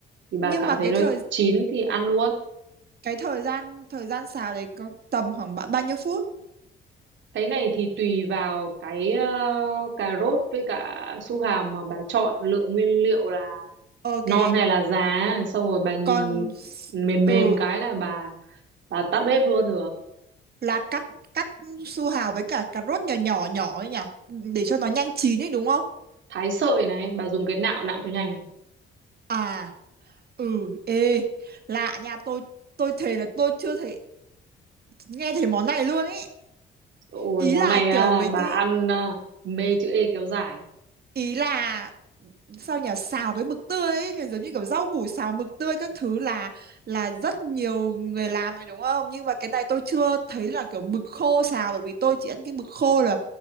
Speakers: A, on the right; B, on the right.
A: thì bà
B: Nhưng
A: cảm
B: mà cái
A: thấy nó
B: thời
A: chín thì ăn luôn
B: cái thời gian thời gian xào đấy có tầm khoảng ba- bao nhiêu phút?
A: cái này thì tùy vào cái ờ, cà rốt với cả su hào mà bà chọn lựa nguyên liệu là
B: Ok.
A: non hay là già xong rồi bà nhìn
B: Còn s-
A: mềm mềm
B: ừ
A: cái là bà bà tắt bếp luôn được
B: là cắt cắt su hào với cả cà rốt nhỏ nhỏ nhỏ ấy nhở để cho nó nhanh chín ấy đúng không
A: thái sợi này bà dùng cái nạo nạo cho nhanh
B: à ừ ê lạ nha tôi tôi thề là tôi chưa thấy nghe thấy món này luôn ấy
A: ôi
B: ý
A: món
B: là
A: này à,
B: kiểu mấy cái
A: bà ăn à, mê chữ E kéo dài
B: ý là sao nhỉ xào cái mực tươi ấy là giống như kiểu rau củ xào mực tươi các thứ là là rất nhiều người làm rồi đúng không nhưng mà cái này tôi chưa thấy là kiểu mực khô xào bởi vì tôi chỉ ăn cái mực khô là